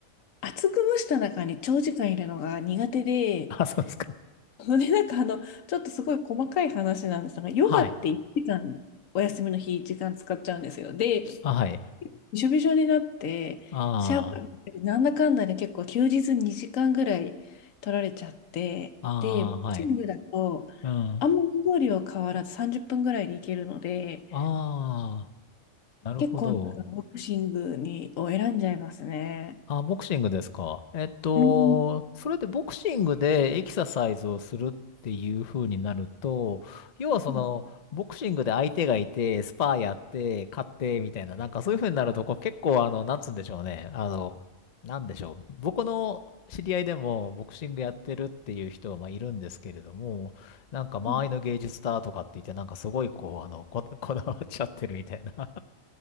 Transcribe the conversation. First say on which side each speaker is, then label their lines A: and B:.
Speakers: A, on the left; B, on the left.
A: 厚く蒸した中に長時間いるのが苦手で、
B: <laughs> あ、そうですか。
A: <laughs> それで、なんかあの、ちょっとすごい細かい話なんですが、ヨガって1時間お休みの日時間使っちゃうんですよ。
B: はい。
A: で、
B: あ、はい。
A: びしょびしょになって、
B: あ
A: シャワー浴びてなんだかんだで結構休日2時間ぐらい取られちゃって、
B: あ、ああ、
A: で、ボクシングだと、
B: はい。うん。あ
A: あんま運動量変わらず30分ぐらいでいけるので、
B: あ、なるほど。
A: 結構なんかボクシングにを選んじゃいますね。
B: あ、ボクシングですか。えっと、
A: うん
B: それでボクシングでエキササイズをするっていう風になると、要はその、
A: うん
B: ボクシングで相手がいて、スパーやって、勝ってみたいな、なんかそういう風になると、こう結構あの、なんつうんでしょうね。あの、なんでしょう。僕の知り合いでもボクシングやってるっていう人はまあいるんですけれども、なんか周りの芸術だとかって言って、
A: うん
B: なんかすごいこう、あの、こ、<laughs> こだわっちゃってるみたいな